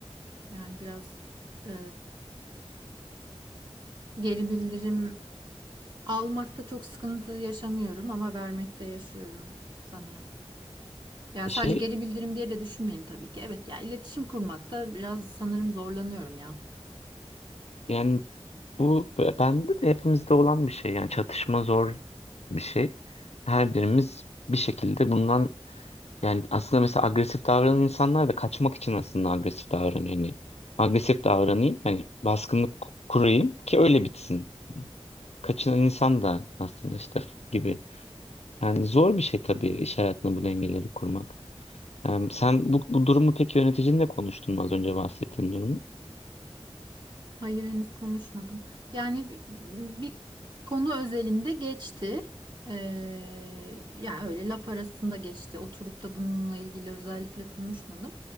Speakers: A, on the right (about 45°); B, on the left (about 80°).
A: Yani biraz e, geri bildirim almakta çok sıkıntı yaşamıyorum ama vermekte yaşıyorum sanırım. Yani
B: Şey
A: sadece geri bildirim diye de düşünmeyin tabii ki. Evet ya iletişim kurmakta biraz sanırım zorlanıyorum ya.
B: yani bu bende de hepimizde olan bir şey yani çatışma zor bir şey. Her birimiz bir şekilde bundan Yani aslında mesela agresif davranan insanlar da kaçmak için aslında agresif davranıyor. Yani agresif davranayım, hani baskınlık ku- kurayım ki öyle bitsin. Kaçınan insan da aslında işte gibi. Yani zor bir şey tabii iş hayatında bu dengeleri kurmak. Yani sen bu, bu durumu peki yöneticinle konuştun mu az önce bahsettiğin durumu?
A: Hayır henüz konuşmadım. Yani b- bir konu özelinde geçti. Ee, yani öyle laf arasında geçti. Oturup da bununla ilgili özellikle konuşmadım.